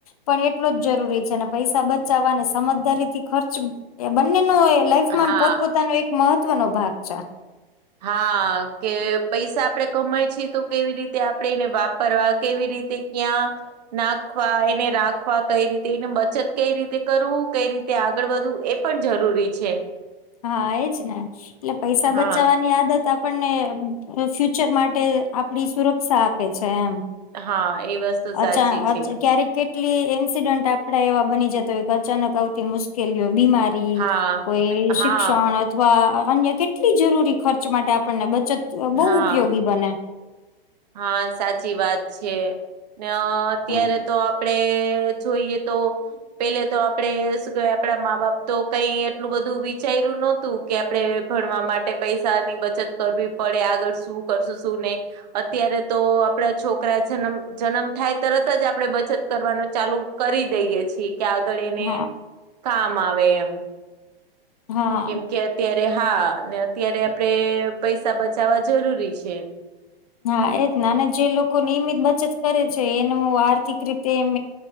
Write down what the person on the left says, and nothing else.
પણ એટલો જ જરૂરી છે, પૈસા બચાવવાને સમજદારીથી ખર્ચ એ બંનેનો લાઈફમાં
પોતપોતાનો એક મહત્વનોો ભાગ છે.
હા એજ ને એટલે પૈસા
બચાવવાની આદત આપણને ફ્યુચર માટે આપડી સુરક્ષા આપે છે એમ.
અચ્છા
અચ્છા
ક્યારેક કેટ આટલી ઇન્સિડન્ટ આપણા એવા બની જતા હોય કે અચાનક આવતી મુશ્કેલીઓ બીમારી
કોઈ કોઈ
ઈસુ
અથવા અન્ય કેટલી જરૂરી ખર્ચ માટે આપણને બચત બહુ
ઉપયોગી બને.
હમ
હા
હા.
હા એજ ના અને જે લોકો નિયમિત બચત કરે છે એનું આર્થિક રીતે એમ.